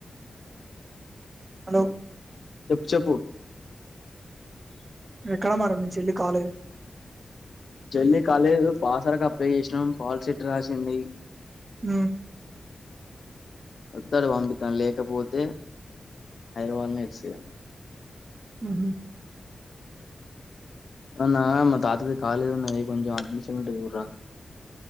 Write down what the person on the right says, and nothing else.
హలో
ఎక్కడ మరి మీ చెల్లి కాలేజ్
ఉ
ఉహూ